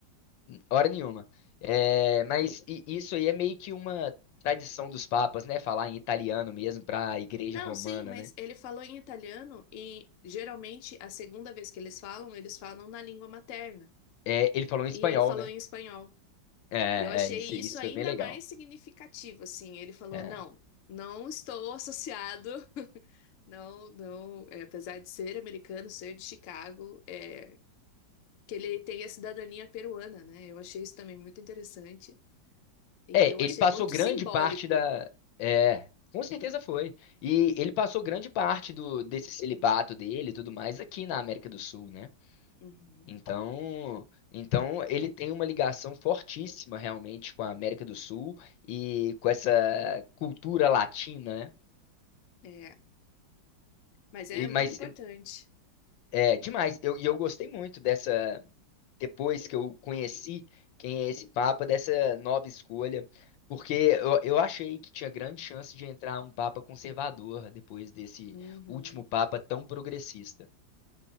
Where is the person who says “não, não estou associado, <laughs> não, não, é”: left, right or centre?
Left